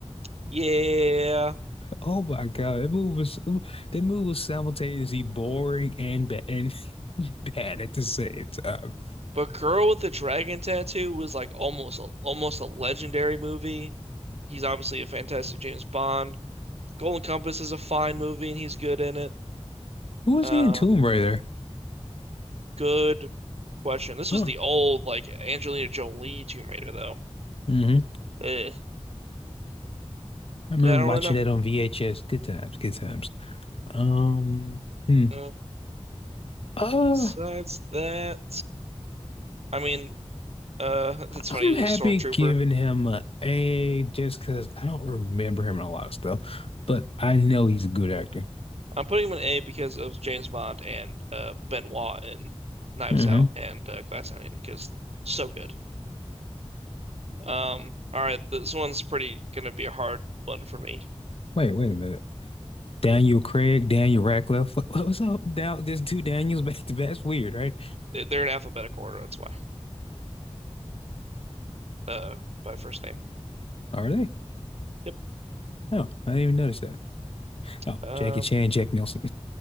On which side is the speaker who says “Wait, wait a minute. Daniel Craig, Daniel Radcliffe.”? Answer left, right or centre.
Left